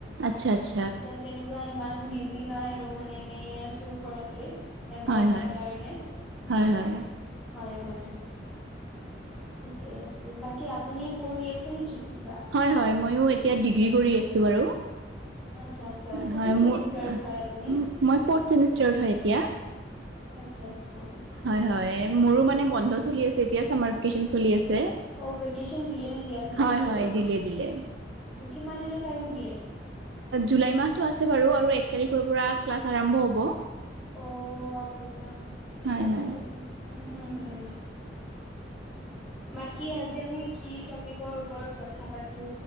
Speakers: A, on the right (about 85°); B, in the centre.
A: আচ্ছ, আচ্ছ।
B: এতিয়া তেনেকুৱা ইমান বিজি নাই আৰু মানে এনে আছো ঘৰতে। এমাহমানৰ
A: হয় হয়
B: কাৰণে
A: হয় হয়।
B: হয়, হয়। ঠিকে আছে বাকী আপুনি পঢ়ি আছে নেকি কিবা?
A: হয়, হয় ময়ো এতিয়া ডিগ্ৰী কৰি আছোঁ বাৰু
B: আচ্ছা আচ্ছা কোনটো
A: হয়
B: চেমিষ্টাৰত
A: মোৰ অ'
B: হয় আপুনি?
A: মই ফৰ্থ চেমিষ্টাৰ হয় এতিয়া।
B: আচ্ছা, আচ্ছা
A: হয়, হয় মোৰো মানে বন্ধ চলি আছে এতিয়া চামাৰভিকেচন চলি আছে
B: অ ভেকেচন দিলে নেকি আপোনালোকৰো?
A: হয়, হয় দিলে, দিলে।
B: কিমান দিনৰ কাৰনে দিলে
A: জুলাই মাহটো আছে বাৰু আৰু এক তাৰিখৰ পৰা ক্লাছ আৰম্ভ হ'ব
B: অ' আচ্ছা, আচ্ছা ঠিকে
A: হয় হয়
B: আছে উম' উম' উম' বাকী আজি আমি কি টপিকৰ ওপৰত কথা পাতো